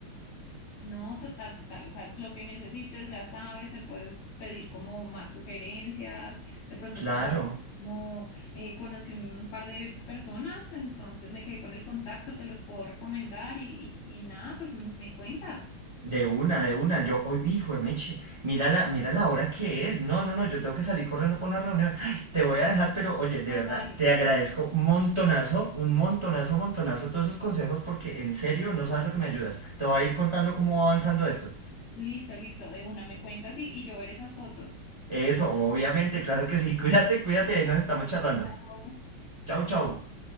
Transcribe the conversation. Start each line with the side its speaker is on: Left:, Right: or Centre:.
Left: No, total, total, o sea, lo que necesites, ya sabes, me puedes pedir como más sugerencias, de pronto
Right: Claro.
Left: te puedo ayudar como eh, conocí un par de personas, entonces me quedé con el contacto, te los puedo recomendar y, y y nada, pues me cuentas.
Right: De una, de una. Yo, hoy, hijo de Meche, mira la, mira la hora que es. No, no, no, yo tengo que salir corriendo para una reunión. Ay, te voy a dejar, pero oye, de
Left: Ay,
Right: verdad,
Left: dale.
Right: te agradezco un montonazo, un montonazo, montonazo todos esos consejos porque en serio no sabes lo que me ayudas. Te voy a ir contando cómo va avanzando esto.
Left: Listo, listo, de una, me cuentas y, y yo ver esas fotos.
Right: Eso, obviamente, claro que sí. <laughs> Cuídate, cuídate, ahí nos estamos charlando.
Left: Chao.
Right: Chau, chau.